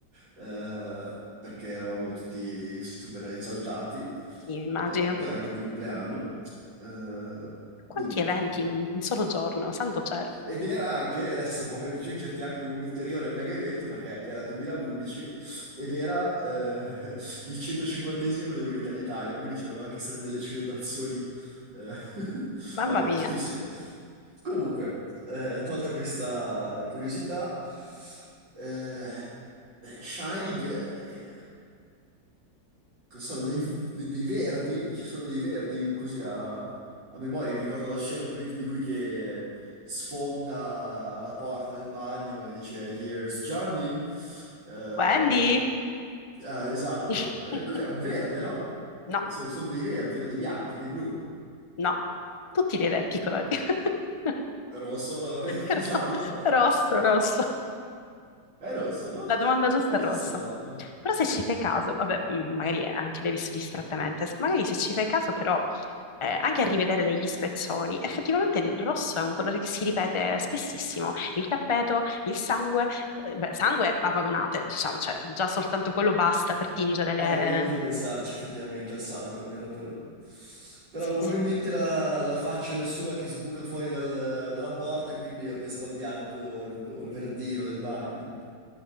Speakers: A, on the right; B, on the left.
A: eh, perché eravamo tutti super esaltati. Eh,
B: Sì, immagino.
A: poi era anche il mio compleanno. Eh,
B: Quanti
A: dunque,
B: eventi in un solo giorno, santo cielo.
A: ed era anche, adesso voglio aggiungerti anche un ulteriore mega evento perché era il 2011 ed era eh, il 150esimo dell'Unità d'Italia, quindi c'erano anche state delle celebrazioni, eh, <laughs>
B: Mamma
A: va bene,
B: mia.
A: tutto insieme. Comunque, eh, tolta questa curiosità, eh, beh, Shining, eh, cosa sono dei, dei- dei verdi, ci sono dei verdi così a, a memoria, mi ricordo la scena ovviamente di lui che sfonda la porta del bagno e dice Here's Johnny, Eh,
B: Wendy?
A: ah, esatto,
B: <laughs>
A: Eh, cos'è? Un verde, no?
B: No,
A: So- Sono dei verdi, no? Dei bianchi, dei blu,
B: no. Tutti li hai detti i colori. <laughs>
A: rosso, eh, <laughs>
B: Ro-
A: giallo.
B: Rosso, rosso.
A: È rosso, no?
B: La domanda
A: Nella
B: giusta
A: mia
B: è
A: testa
B: rosso. Però se ci fai caso, vabbè, mm, magari anche l'hai visto distrattamente, se- magari se ci fai caso però eh, anche a rivedere degli spezzoni, effettivamente il rosso è un colore che si ripete spessissimo. Il tappeto, il sangue, eh, beh, sangue a vagonate, diciamo, cioè già soltanto quello basta per tingere le...
A: avrei dovuto pensarci effettivamente al sangue, almeno per... Però
B: Sì,
A: avevo proprio
B: sì.
A: in mente la, la faccia del sua che sbuca fuori dal- dalla porta, e quindi ho pensato al bianco o al, o al verdino del bagno.